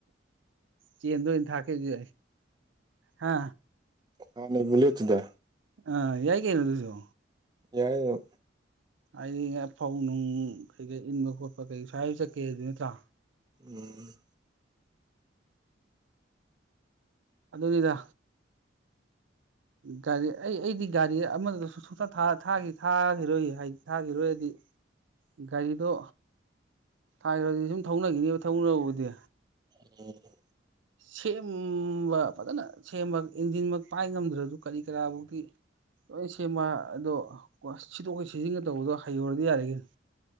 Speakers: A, on the right (about 80°); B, on the right (about 20°).
A: ꯆꯦꯟꯗ ꯑꯣꯢꯅ ꯊꯥꯛꯀꯦꯁꯨ ꯌꯥꯏ ꯍꯥ
B: ꯍꯥꯥꯟꯅꯩ ꯕꯨꯂꯦꯠꯇꯨꯗ
A: ꯑꯥ ꯌꯥꯏ ꯀꯩꯅꫭ ꯑꯗꯨꯁꯨ
B: ꯌꯥꯏꯌꯦ
A: ꯑꯩꯅ ꯐꯧ ꯅꯨꯡ ꯀꯩꯀꯩ ꯏꯟꯕ ꯈꯣꯠꯄ ꯀꯩ ꯁ꯭ꯋꯥꯏ ꯆꯠꯀꯦꯗꯤ ꯅꯠꯇ꯭ꯔꯥ
B: ꯎꯝ
A: ꯑꯗꯨꯅꯤꯗ ꯒꯥꯔꯤ ꯑꯩ ꯑꯩꯗꯤ ꯒꯥꯔꯤ ꯑꯃꯗ ꯁꯨ ꯁꯨꯡꯊꯥ ꯊꯥꯈꯤꯔꯣꯏ ꯍꯥꯏꯗꯤ ꯊꯥꯈꯤꯔꯣꯏꯗꯤ ꯒꯥꯔꯤꯗꯣ ꯊꯥꯏꯈ꯭ꯔꯗꯤ ꯁꯨꯝ ꯊꯧꯅꯈꯤꯅꯤ ꯊꯧꯅꯔꯕꯨꯗꯤ
B: ꯎꯝ
A: ꯁꯦꯝꯕ ꯐꯖꯅ ꯁꯦꯝꯕ ꯏꯟꯖꯤꯟꯃꯛ ꯄꯥꯏ ꯉꯝꯗ꯭ꯔꯁꯨ ꯀꯔꯤ ꯀꯔꯥꯐꯧꯗꯤ ꯂꯣꯏ ꯁꯦꯝꯕ ꯑꯗꯨ ꯁꯤꯗꯣꯛ ꯁꯤꯖꯤꯟꯀ ꯇꯧꯕꯗꯣ ꯍꯩꯍꯧꯔꯗꯤ ꯌꯥꯔꯦ ꯀꯩꯅꯣ